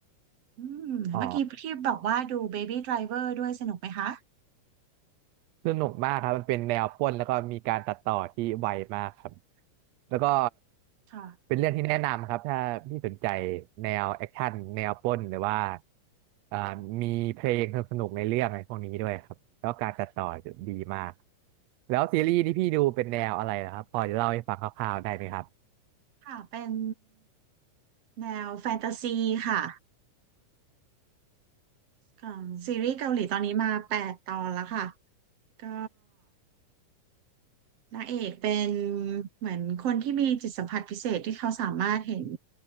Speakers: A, on the right; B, on the right.
A: อืมเมื่อกี้ที่บอกว่าดู
B: อ๋อ
A: Baby Driver ด้วยสนุกไหมคะ
B: สนุกมากครับมันเป็นแนวปล้นแล้วก็มีการตัดต่อที่ไวมากครับแล้วก็
A: ค่ะ
B: เป็นเรื่องที่แนะนำครับถ้าพี่สนใจแนวแอคชั่นแนวปล้นหรือว่าอ่ามีเพลงสนุกๆในเรื่องอะไรพวกนี้ด้วยครับแล้วการตัดต่อดีมาก
A: อืม
B: แล้วซีรีส์ที่พี่ดูเป็นแนวอะไรนะครับพอจะเล่าให้ฟังคร่าวๆได้ไหมครับ
A: ค่ะเป็นแนวแฟนตาซีค่ะ ของซีรีส์เกาหลีตอนนี้มาแปดตอนแล้วค่ะก็นางเอกเป็นเหมือนคนที่มีจิตสัมผัสพิเศษที่เขาสามารถเห็น